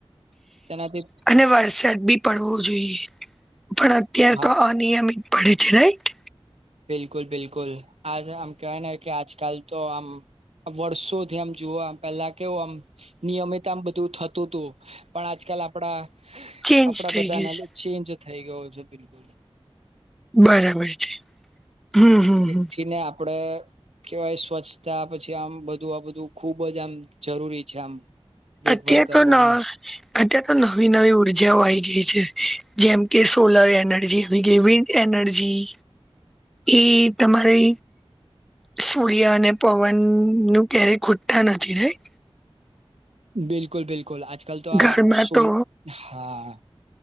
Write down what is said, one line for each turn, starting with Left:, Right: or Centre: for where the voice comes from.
Right: તેનાથી
Centre: અને વરસાદ બી પડવો જોઈએ પણ અત્યારે
Right: હા
Centre: તો અત. અિત પી છી ન <unintelligible>
Right: બિલકુલ બિલકુલ આજ આમ કહેવાય ને કે આજકાલ તો આમ. વર્ષોથી આમ જોવા પેલા કેવું આમ નિયમિત આમ બધું થતું તું. પણ આજકાલ આપડા
Centre: ચેન્જ
Right: આપડા
Centre: થઈ
Right: બધા
Centre: ગયું
Right: ના
Centre: છે
Right: ચેન્જ થઈ ગયો છે. બિલકુલ.
Centre: બરાબર છે. હમ હમ
Right: જેથી
Centre: હમ
Right: ને આપડે. કેહેવાય સ્વચ્છતા પછી આમ બધું આ બધું ખુબ જ આમ જરૂરી છે. આમ દેખભાલ
Centre: અત્યા
Right: કરવાનું
Centre: કો ના. અત્યાર તો નવી નવી ઉર્જાઓ આવી ગઈ છે. જેમ કે સોલર એનર્જી આવી ગઈ વિ એનર્જી ઇ તમારે. સૂર્ય અને પવન નું ક્યારેય ખુટા નથી રહી.
Right: બિલકુલ બિલકુલ આજ કાલ તો
Centre: ઘરમાં
Right: આ સોલ?
Centre: તો
Right: હા